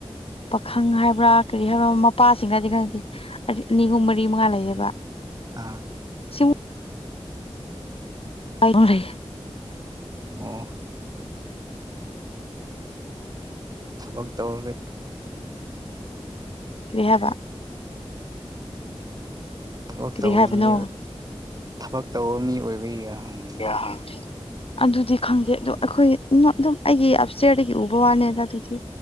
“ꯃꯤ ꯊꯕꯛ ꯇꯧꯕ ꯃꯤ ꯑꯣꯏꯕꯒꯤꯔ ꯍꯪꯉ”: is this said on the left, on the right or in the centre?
Right